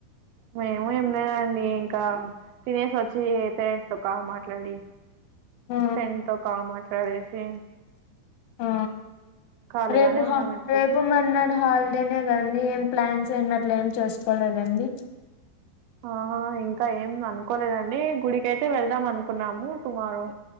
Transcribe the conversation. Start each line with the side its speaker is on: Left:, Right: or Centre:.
Right: మేమ ఏం లేదండి ఇంకా తినేసొచ్చి డయేస్ వచ్చి పేరెంట్స్ త కా మాట్లాడి
Left: ఆ
Right: ఫ్రెండ్ తో కా మాట్లాడేసి
Left: ఆ
Right: ఖాళీగానే
Left: రేపు
Right: ఉన్నాం ఇప్పుడు
Left: రేపు మన్నడు హల్ అంటేనే కండి ఏం ప్లాన్స్ అనట్లు ఏం చేసుకోలేదండి
Right: ఆహా ఇంకా ఏం అనుకోలేదండి గుడికైతే వెళ్దాం అనుకున్నాము టుమారో